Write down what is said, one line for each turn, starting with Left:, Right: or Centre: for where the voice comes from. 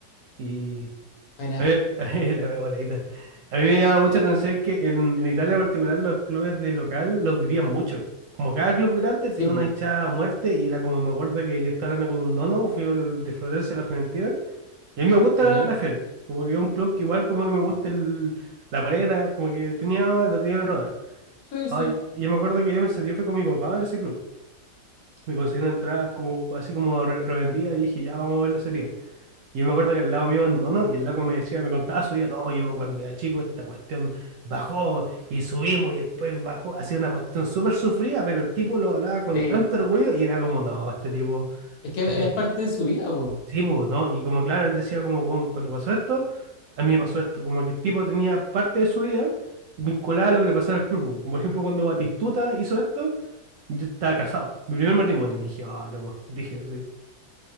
Right: Y
Left: Bueno,
Right: a mí- <laughs> la wea voladita. A mí me llamaba mucha atención que en, en Italia en particular los clubes de local los vivían mucho. Como cada club grande
Left: sí,
Right: tenía
Left: pues,
Right: una hinchada a muerte y era como me acuerdo que yo estaba hablando con un nono, fui al de Florencia, la Fiorentina, y a mí me gusta
Left: ¿ya?
Right: la, la Fiore. Como que es un club que igual como que me gusta el, la polera, como que tenía, lo tenía en el radar.
Left: Sí, sí.
Right: Ay, y yo me acuerdo que yo, me, sent- yo fui con mi papá a ver ese club. Me conseguí una entrada como, así como re- revendida y dije, ya vamos a ver la serie. Y yo me acuerdo que al lado mío abandonó y el loco me decía, me contaba su vida, no, yo cuando era chico esta cuestión bajó y subimos y después bajó, hacía una cuestión súper sufrida, pero el tipo lo hablaba con
Left: Sí.
Right: tanto orgullo y era como, no, este tipo,
Left: Es que
Right: este tipo,
Left: es parte de su vida, po.
Right: sí, pues, ¿no? Y como claro, él decía como, "Bueno, cuando pasó esto, a mí me pasó esto, como que el tipo tenía parte de su vida vinculada a lo que le pasaba al club, como por ejemplo cuando Batistuta hizo esto, yo estaba casado, mi primer matrimonio, y dije, ah, loco, brígido, sí.